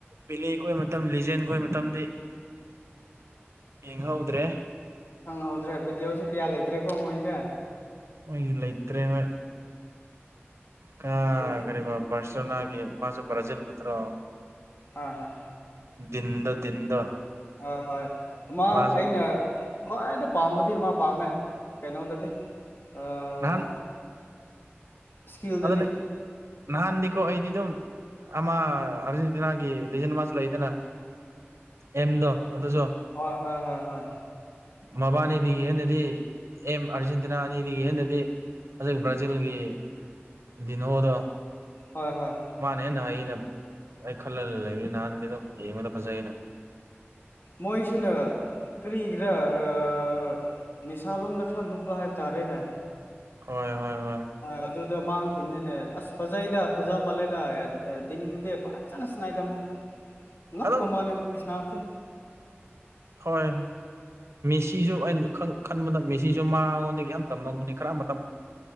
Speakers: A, on the right; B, on the left.
A: ꯄꯦꯂꯦ ꯈꯣꯏ ꯃꯇꯝ ꯂꯤꯖꯦꯟ ꯈꯣꯏ ꯃꯇꯝꯗꯤ ꯌꯦꯡ ꯍꯧꯗ꯭ꯔꯦ
B: ꯈꯪꯍꯧꯗ꯭ꯔꯦ ꯕꯤꯗꯤꯑꯣꯁꯨ ꯀꯌꯥ ꯂꯩꯇ꯭ꯔꯦꯀꯣ ꯃꯣꯏꯗꯤ
A: ꯃꯣꯏꯒꯤ ꯂꯩꯇ꯭ꯔꯦ ꯍꯣꯏ ꯀꯥ
B: ꯑꯗꯨ
A: ꯀꯔꯤꯕ ꯕꯥꯔꯁꯦꯂꯣꯅꯥꯒꯤ ꯃꯥꯁꯨ ꯕ꯭ꯥꯔꯖꯤꯜ ꯅꯠꯇ꯭ꯔꯣ
B: ꯑꯥ ꯍꯥ
A: ꯗꯤꯟꯗꯣ ꯗꯤꯟꯗꯣ
B: ꯍꯣꯏ ꯍꯣꯏ ꯑꯃ
A: ꯃꯥꯁꯨ
B: ꯑꯩꯅ ꯈ꯭ꯋꯥꯏꯗꯩ ꯄꯥꯝꯕꯗꯤ ꯃꯥ ꯄꯥꯝꯃꯦ ꯀꯩꯅꯣꯗꯗꯤ ꯑꯥ
A: ꯅꯍꯥꯟ
B: ꯏꯁꯀꯤꯜꯗꯗꯤ
A: ꯑꯗꯨꯅꯦ ꯅꯍꯥꯟꯗꯤꯀꯣ ꯑꯩꯗꯤ ꯗꯨꯝ ꯑꯃ ꯑꯥꯔꯖꯦꯟꯇꯤꯅꯥꯒꯤ ꯂꯤꯖꯟ ꯃꯥꯁꯨ ꯂꯩꯗꯅ ꯑꯦꯝꯗꯣ ꯑꯗꯨꯁꯨ
B: ꯍꯣꯏ ꯍꯣꯏ ꯍꯣꯏ ꯍꯣꯏ
A: ꯃꯕꯥꯅꯤꯗꯒꯤ ꯍꯦꯟꯅꯗꯤ ꯑꯦꯝ ꯑꯥꯔꯖꯦꯟꯇꯤꯅꯥ ꯑꯅꯤꯗꯒꯤ ꯍꯦꯟꯅꯗꯤ ꯍꯧꯖꯤꯛ ꯕ꯭ꯔꯥꯖꯤꯜꯒꯤ ꯗꯤꯅꯣꯗꯣ
B: ꯍꯣꯏ ꯍꯣꯏ
A: ꯃꯥꯅ ꯍꯦꯟꯅ ꯍꯩꯌꯦ ꯑꯩꯅ ꯑꯩ ꯈꯜꯂ ꯂꯩꯕꯅꯤ ꯅꯍꯥꯟꯗꯤꯗꯨ ꯌꯦꯡꯕꯗ ꯐꯖꯩꯩꯅ
B: ꯃꯣꯏꯁꯤꯅ ꯀꯔꯤꯒꯤꯔꯥ ꯑꯥ ꯅꯤꯁꯥꯂꯣꯝꯗ ꯈꯔ ꯅꯨꯞꯄ ꯍꯥꯏꯕ ꯇꯥꯔꯦꯅꯦ
A: ꯍꯣꯏ ꯍꯣꯏ ꯍꯣꯏ
B: ꯑꯥ ꯑꯗꯨ ꯗꯣ ꯃꯥꯡꯈꯤꯕꯅꯤꯅꯦ ꯑꯁ ꯐꯖꯩꯗ ꯐꯖ ꯃꯥꯜꯂꯦꯗ ꯗꯤꯟꯗꯨꯗꯤ ꯐꯖꯅ ꯁꯅꯥꯏꯗ ꯑꯃ ꯑꯉꯛꯄ
A: ꯑꯗꯨꯝ
B: ꯃꯥꯅꯦ ꯁꯅꯥꯕꯁꯨ
A: ꯍꯣꯏ ꯃꯦꯁꯤꯁꯨ ꯑꯩꯅ ꯈꯟ ꯈꯟꯕꯗ ꯃꯦꯁꯤꯁꯨ ꯃꯉꯣꯟꯗꯒꯤ ꯌꯥꯝ ꯇꯝꯃꯝꯒꯅꯤ ꯈꯔ ꯑꯃ